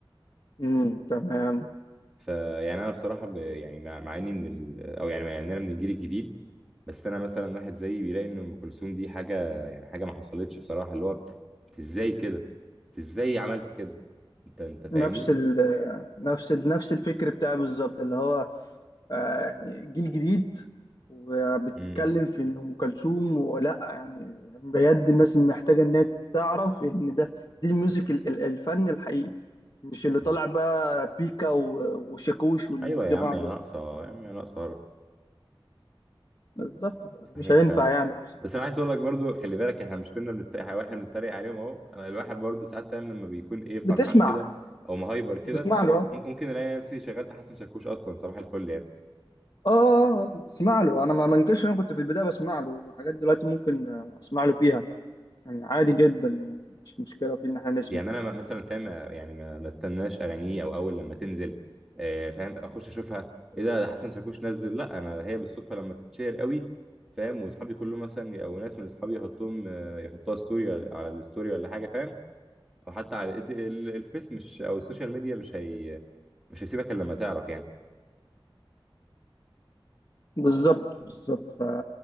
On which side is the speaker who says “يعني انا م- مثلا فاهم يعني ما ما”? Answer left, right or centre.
Centre